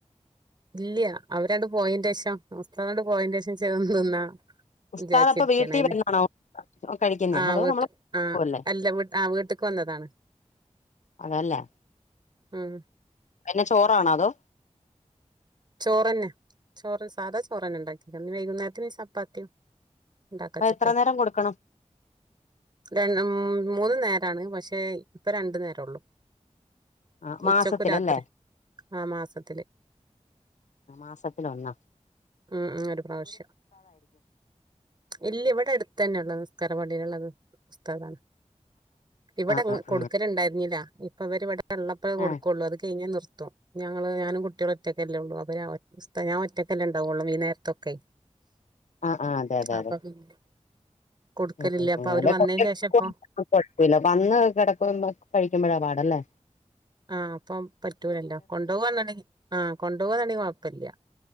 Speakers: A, on the right; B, on the left.
A: ഇല്ല അവരാണ്ട് പോയേന്റെഷം ഉസ്താദ് അങ്ങട്ട് പോയന്റെ ശേഷം തിന്നാ
B: ഉസ്താദപ്പ
A: വിചാരിച്ചിരിക്കാണ്
B: വീട്ടിൽ
A: അയിന്
B: വന്നാണോ കഴിക്കുന്നെ
A: ആഹ്
B: അതോ
A: വീട്ട്
B: നമ്മൾ <unintelligible>
A: ആഹ്
B: ക്കല്ലേ
A: അല്ല വീട്ട് ആഹ് വീട്ട്ക്ക് വന്നതാണ്
B: അതല്ലേ
A: ഉം
B: പിന്നെ ചോറാണോ അതോ
A: ചോറന്നെ ചോറ് സാധാ ചോറന്നെ ഉണ്ടാക്കി ഇനി വൈകുന്നേരം ത്തിന് ചപ്പാത്തിം ഉണ്ടാക്ക
B: അപ്പൊ
A: വെചിട്ടേ
B: എത്ര നേരം കൊടുക്കണം
A: രൻ മൂന്ന് നേ രാണ് പക്ഷേ ഇപ്പ രണ്ടു നേര ഒള്ളു
B: ആ
A: ഉച്ചക്കു
B: മാസത്തിലല്ലേ
A: രാത്രി ആ മാസത്തില്
B: മാസത്തില് ഒന്ന്
A: ഉം ഉം ഒരു പ്രാവശ്യം ഇല്ല ഇവിടെ അടു തന്നെയുള്ള നിസ്കാര പടിയിലുള്ള ഒരു ഉസ്താദാണ് ഇവിടെ
B: ആഹ് ആഹ്
A: കൊടുക്കലണ്ടായിരുന്നില്ല
B: ആഹ്
A: അപ്പവര് വടെ ള്ളപ്പഴേ കൊടുക്കുള്ളു
B: ആഹ്
A: അത് കഴിഞ്ഞാ നിർ ത്തും ഞങ്ങള് ഞാനും കുട്ടിയേളും ഒറ്റക്കെല്ലാം ഉള്ളൂ അപ്പം ഞാൻ ഉസ്താ ഏ ഞാൻ ഒറ്റക്കല്ലേണ്ടാ വൊള്ളൂ ഈ നേരത്തൊക്കെ
B: ആ ആ അതെ അതെ
A: അപ്പൊ
B: അതെ
A: പിന്നെ കൊടുക്കലില്ല
B: ഉ
A: അപ്പൊ
B: ഉം
A: അവര്
B: അല്ല <unintelligible>
A: വന്നതിന് ശേഷം ഇപ്പൊ
B: കുഴപ്പില്ല വന്ന് കിടക്കുമ്പം കഴിക്കുമ്പഴാ പാട് അല്ലേ
A: ആഹ് അപ്പം പറ്റൂലല്ലോ കൊണ്ടുപോകാന്ന് ണ്ടെങ്കിആ കൊണ്ടുപോവാന്നാണെങ്കിൽ പ്പല്യാ